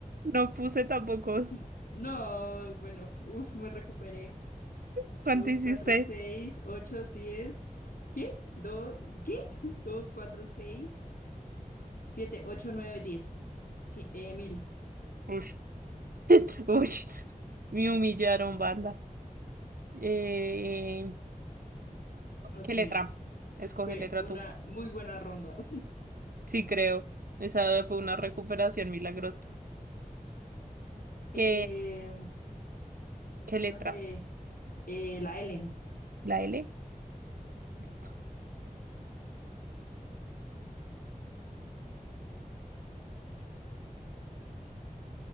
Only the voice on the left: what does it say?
<laughs> No, bueno. Uf, me recuperé.
Dos,
cuatro, seis, ocho, diez. ¿Qué? Dos, ¿qué? <laughs> Dos, cuatro, seis, siete, ocho, nueve, diez. sí, eh, mil.
Ok,
Fue
una
muy buena ronda. <laughs>
Eh,
no sé, eh, la L.